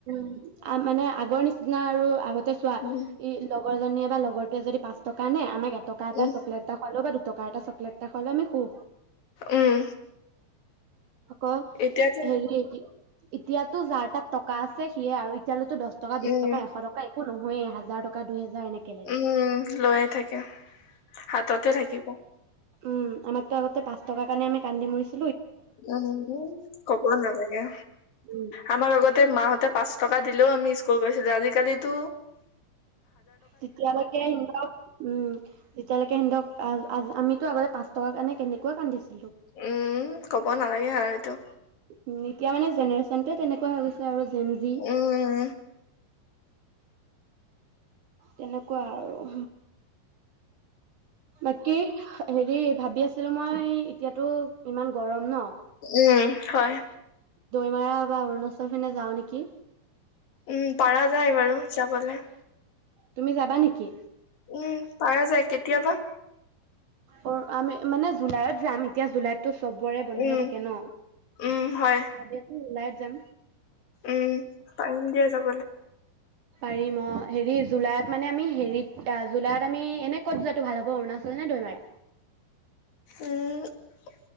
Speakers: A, on the right; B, on the left.
A: আ' মানে আগৰ নিচিনা আৰু আগতে তেছোৱা
B: উম
A: এই লগ লগৰজনীয়ে বা লগৰটোৱে যদি পাঁচ টকা নিয়ে আমাক এ টকা এটা
B: উম
A: চকলেট খোৱালেও বা দু টকাৰ এটা চকলেট নহলে আমি হোঁ
B: উম
A: আকৌ
B: এতিয়াতো
A: হেৰিতি এতিয়াতো যাৰ তাৰ টকা টকা আছে সিয়ে আৰু এতিয়ালইতো দছ টকা বিশ
B: উম
A: টকা এশ টকা একো নহয় হাজাৰ টকা দুই হেজাৰ এনেকে লাগে
B: উম লৈয়ে থাকে হাততে থাকিব
A: উম আমাকতো আগতে পাঁচ টকাৰ কাৰণে আমি কান্দি মইছো
B: উ কব নালাগে
A: উম
B: আমাক আগতে মাহঁতে পাঁচ টকা দিলেও আমি স্কুল গৈছিলো আজিকালিটো
A: তেতিয়ালৈকে সিহঁতক উম তেতিয়ালৈকে কেন্দক আহ আমিতো আগতে পাঁচ টকাৰ কাৰণে কেনেকুৱা কান্দিছোঁ
B: উম কব নালাগে আৰু সেটো
A: উম এতিয়া মানে জেনেৰেচনটোৱে তেনেকুৱা হৈ গৈছে আৰু ভেন্ডি
B: উম
A: তেনেকুৱা আৰু বাকী হেৰি ভাবি আছিলো মই এতিয়াতো ইমান গৰম নহ
B: উম হয়
A: দৈমাৰা বা অৰুণাচল পিনে যাওঁ নেকি
B: উম পাৰা যায় বাৰু যাবলৈ
A: তুমি যাবা নেকি
B: উম পাৰা যায় কেতিয়াবা
A: অ আমি মানে জুলাইত যাম এতিয়া জুলাইত তো চবৰে বন্ধ
B: উম
A: হৈ থাকে নহ
B: উম হয়
A: ওলাই যাম
B: উম পাৰিম দিয়া যাব
A: পাৰিম অহ হেৰি জুলাইত মানে আমি হেৰিত জুলাইত আমি এনে ক'ত যোৱাটো ভাল হ'ব অৰুণাচল নে দৈমাৰা
B: উম